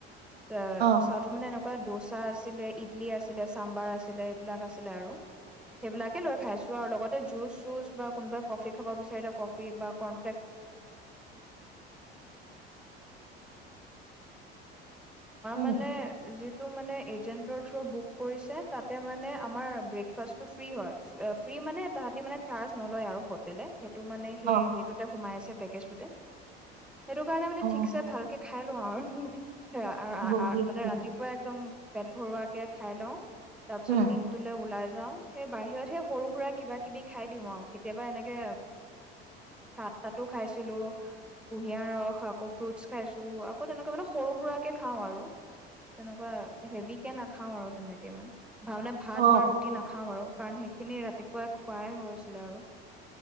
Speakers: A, in the centre; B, on the right.
A: চ।
B: অ
A: মানে এনকা দচা আছিলে, ইদলি আছিলে, চাম্বাৰ আছিলে, এইবিলাক আছিলে আৰু। এইবিলাকে লৈ খাইছো আও লগতে জুচ চুছ কোনোবা কফি খাব বিছাৰিলে কফি বা কোন
B: উম
A: মানে যিটো মানে। এজেণ্টৰ থ্ৰু বুক কৰিছে তাতে মানে আমাৰ ব্ৰেকফাষ্টটো ফ্ৰী হয়, ফ্ৰী মানে তাহাঁতি মানে চাৰ্জ নলয় আৰু হোটেলেই। টো মানে সেই
B: অ
A: সেইটোতে সোমাই আছে। তেকেছ টোতে। সেইটো কাৰণে মানে,
B: অ
A: ঠিকছে ভালকে খাই লওঁ আৰু। উ, হ।
B: বুজিছো
A: মানে ৰাতিপুৱা একদম, পেট ভৰোৱা। কেক খাই লওঁ। তাৰ পিছত
B: উম
A: দিনটোলে ওলাই যায়। যাওঁ, সেই বাহিৰত সেই সৰু সুৰা কিবা কিবি খাই দিওঁ আও। কেতিয়াবা, এনেকে চাত তাতো খাইছিলো, কুঁহিয়াৰ ৰস আকৌ ফ্ৰুটচ খাইছো আকৌ তেনেকুৱা মানে সৰু সুৰাৰাকে খাও আৰু। তেনেকোৱা হেভি কে নাখাওঁ আৰু তেনেকে ইমান। ভানে ভাত
B: অ
A: বা ৰুটি নাখাওঁ আৰু কাৰণ সেই। সেই খিনি ৰাতিপুৱাই, খুৱাই হৈছিলে আৰু।